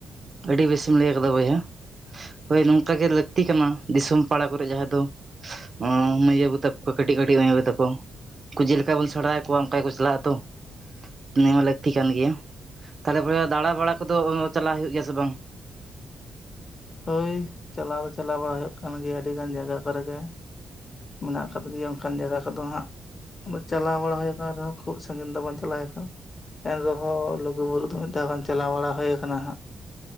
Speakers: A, on the right (about 45°); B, on the left (about 45°).
A: ᱟᱹᱰᱤ ᱵᱮᱥᱮᱢ ᱞᱟᱹᱭ ᱟᱠᱟᱫᱟ ᱵᱚᱭᱦᱟ᱾ ᱦᱳᱭ ᱱᱚᱝᱠᱟ ᱜᱮ ᱞᱟᱹᱠᱛᱤ ᱠᱟᱱᱟ ᱫᱤᱥᱚᱢ ᱯᱟᱲᱟ ᱠᱚᱨᱮ ᱡᱟᱦᱟᱸ ᱫᱚᱼᱼ <inaudible> ᱢᱟᱹᱭ ᱵᱟᱹᱵᱩ ᱛᱟᱠᱚ ᱠᱟᱹᱴᱤᱡ ᱠᱟᱹᱴᱤᱡ ᱢᱟᱹᱭ ᱟᱹᱵᱩ ᱛᱟᱠᱚ᱾ ᱩᱱᱩ ᱪᱮᱫ ᱞᱮᱠᱟ ᱵᱚᱱ ᱥᱮᱲᱟ ᱟᱠᱚᱣᱟ ᱚᱱᱠᱟ ᱜᱮᱠᱚ ᱪᱟᱞᱟᱜᱼᱟ ᱛᱚ ᱱᱤᱭᱟᱹ ᱢᱟ ᱞᱟᱹᱠᱛᱤ ᱠᱟᱱ ᱜᱮᱭᱟ᱾ ᱛᱟᱦᱟᱞᱮ ᱵᱚᱭᱦᱟ ᱫᱟᱬᱟ ᱵᱟᱲᱟ ᱠᱚᱫᱚ ᱪᱟᱞᱟᱜ ᱦᱩᱭᱩᱜ ᱜᱮᱭᱟ ᱥᱮ ᱵᱟᱝ?
B: ᱦᱳᱭ ᱪᱟᱞᱟᱣ ᱫᱚ ᱪᱟᱞᱟᱣ ᱵᱟᱲᱟ ᱦᱩᱭᱩᱜ ᱠᱟᱱ ᱜᱮᱭᱟ ᱟᱹᱰᱤ ᱜᱟᱱ ᱡᱟᱭᱜᱟ ᱠᱚᱨᱮ ᱜᱮ᱾ ᱢᱮᱱᱟᱜ ᱟᱠᱟᱫ ᱜᱮᱭᱟ ᱚᱱᱠᱟᱱ ᱡᱟᱭᱜᱟ ᱠᱚᱫᱚ ᱦᱟᱸᱜ ᱪᱟᱞᱟᱣ ᱵᱟᱲᱟ ᱦᱩᱭ ᱟᱠᱟᱱ ᱨᱮᱦᱚᱸᱼᱼ ᱠᱷᱩᱵ ᱥᱟᱺᱜᱤᱧ ᱫᱚ ᱵᱟᱝ ᱪᱟᱞᱟᱣ ᱦᱩᱭ ᱠᱟᱱᱟ ᱾ ᱮᱱ ᱨᱮᱦᱚᱸ ᱞᱩᱜᱩ ᱵᱩᱨᱩ ᱫᱚ ᱢᱤᱫ ᱫᱷᱟᱣ ᱜᱟᱱ ᱪᱟᱞᱟᱣ ᱵᱟᱲᱟ ᱦᱩᱭ ᱠᱟᱱᱟ ᱦᱟᱸᱜ